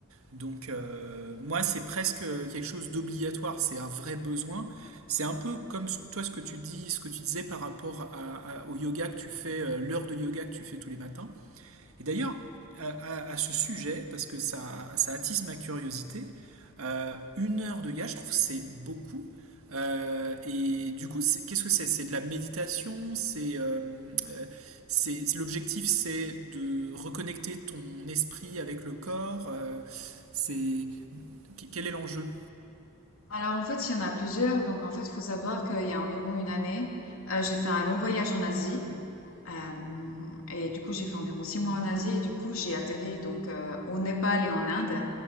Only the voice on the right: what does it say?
Donc euh, moi, c'est presque quelque chose d'obligatoire, c'est un vrai besoin. C'est un peu comme ce- toi ce que tu dis, ce que tu disais par rapport à- à- au yoga que tu fais, euh, l'heure de yoga que tu fais tous les matins. Et d'ailleurs, à, à- à ce sujet, parce que ça, ça attise ma curiosité, euh, une heure de gars, je trouve que c'est beaucoup. Euh, et du coup, c'est- qu'est-ce que c'est? C'est de la méditation, c'est euh, euh, c'est- c'est- l'objectif, c'est de reconnecter ton esprit avec le corps. euh, c'est que- quel est l'enjeu?